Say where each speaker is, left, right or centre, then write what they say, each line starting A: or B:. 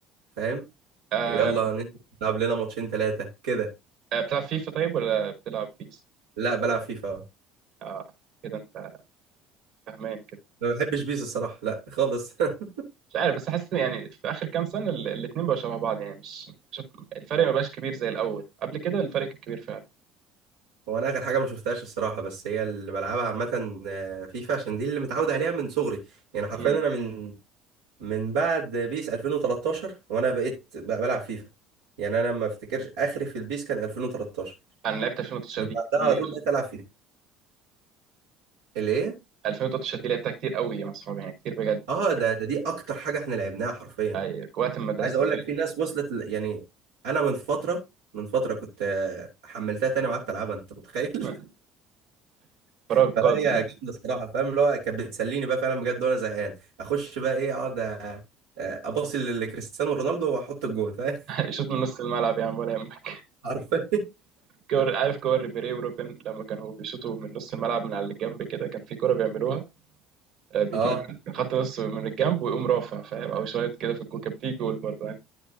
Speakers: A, on the right; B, on the right.
A: فاهم
B: آه
A: يلا نلعب لنا ماتشين ثلاثة كده
B: آه، بتلعب فيفا طيب ولا بتلعب بيس
A: لا بلعب فيفا
B: اه كده انت فاهمان كده
A: ما بحبش بيس الصراحة لا خالص <laughs>
B: مش عارف بس حاسس إن يعني في اخر كام سنه ال- الاتنين بقوا شبه بعض يعني مش شوف الفرق ما بقاش كبير زي الاول قبل كده الفرق كان كبير فعلا
A: هو انا اخر حاجه ما شفتهاش الصراحه بس هي اللي بلعبها عامه آه، فيفا عشان دي اللي متعود عليها من صغري يعني حرفيا
B: امم
A: انا من من بعد بيس 2013 وانا بقيت بقى بلعب فيفا يعني انا ما افتكرش اخري في البيس كان 2013
B: انا لعبت 2013
A: من
B: دي
A: بعدها
B: كتير
A: على طول بقيت العب فيفا اللي ايه
B: 2013 دي لعبتها كتير قوي مع اصحابي يعني كتير بجد
A: اه ده ده دي اكتر حاجه احنا لعبناها حرفيا
B: اي وقت المدرسه
A: عايز اقول لك في ناس وصلت ل- يعني انا من فتره من فتره كنت آه، حملتها تاني وقعدت العبها انت متخيل
B: فاهم <laughs> فراغ
A: فلا
B: قاتل
A: هي جامده الصراحه فاهم اللي هو كانت بتسليني بقى فعلا بجد وانا زهقان اخش بقى ايه اقعد أ- اباصي لكريستيانو رونالدو واحط الجون فاهم <laughs>
B: يشوط من نص الملعب يا عم ولا يهمك
A: حرفيا
B: كور عارف كور ريبيري وروبن لما كانوا بيشوطوا من نص الملعب من على الجنب كده كان في كوره بيعملوها آه، بيجي
A: اه
B: من من خط نص من الجنب ويقوم رافع فاهم او شويه كده في الجول كانت بتيجي جول برضه يعني